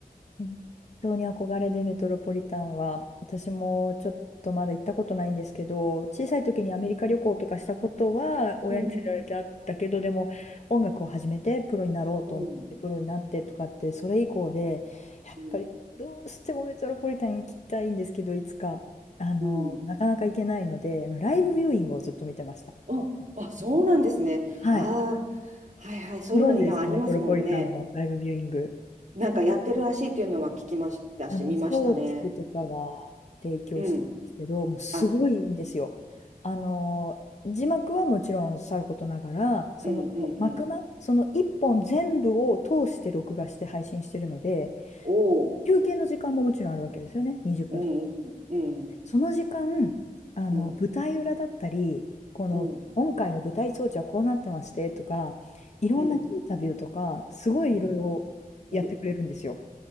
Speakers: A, on the left (about 50°); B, on the right (about 55°).
A: 本当に憧れでメトロポリタンは、私もちょっとまだ行ったことないんですけど、小さい時にアメリカ旅行とかしたことは親に連れられてあったけど、
B: うん。
A: でも音楽を始めてプロになろうと思ってプロになってとかって、
B: うん、
A: それ以降で、やっぱりどうしてもメトロポリタン行きたいんですけど、
B: うん、
A: いつか、あの、
B: うん
A: なかなか行けないので、あのライブビューイングをずっと見てました。
B: あ、あ、そうなんですね。
A: はい。
B: ああ、はいはい、そういうの今ありますもんね。
A: ご存知ですか、メトロポリタンのライブビューイング。
B: なんかやってるらしいというのは聞きましたし、
A: あの、
B: 見ましたね。
A: 松竹とかが提供してるんですけど、
B: うん。
A: もうすごいいいんですよ。
B: あ、
A: あの、字幕はもちろんさることながら、その幕間、
B: うんうんうん。
A: その一本全部を通して録画して配信してるので、
B: おお。
A: 休憩の時間ももちろんあるわけですよね、20分とか。
B: うんうん
A: その時間、あの、
B: うん
A: 舞台裏だったり、この、
B: うん
A: 今回の舞台装置はこうなってましてとか、いろんなインタビューとか、
B: うん
A: すごいいろいろやってくれるんですよ。
B: うんお、